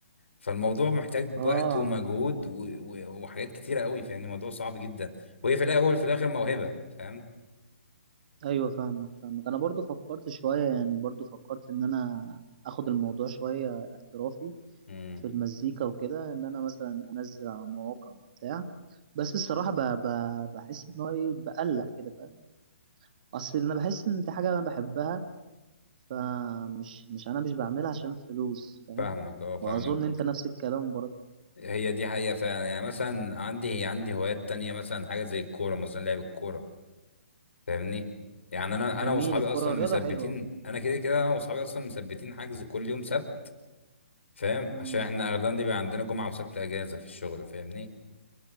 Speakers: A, on the left; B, on the right.
A: فالموضوع محتاج
B: اه
A: وقت ومجهود و... و... وحاجات كتيرة قوي فاهم الموضوع صعب جدا وهي في الأول وفي الآخر موهبة فاهم
B: ايوه فاهمك فاهمك انا برضو فكرت شويه يعني برضو فكرت ان انا اخد الموضوع شويه احترافي
A: امم
B: في المزيكا وكده ان انا مثلا انزل على مواقع وبتاع بس الصراحه ب... ب... بحس ان هو ايه بقلق كده فاهم اصل انا بحس ان دي حاجه انا بحبها فمش مش انا مش بعملها عشان فلوس فاهم
A: فاهمك اه فاهمك
B: واظن انت نفس الكلام برضه
A: هي دي حقيقة فعلا يعني مثلا عندي هي عندي هوايات تانية مثلا حاجة زي الكورة مثلا لعب الكورة فاهمني يعني انا
B: جميل
A: انا واصحابي
B: الكرة
A: اصلا
B: رياضة
A: مثبتين
B: حلوة
A: انا كده كده انا واصحابي اصلا مثبتين حجز كل يوم سبت فاهم
B: امم
A: عشان احنا اغلبنا بيبقى عندنا جمعه وسبت اجازه في الشغل فاهمني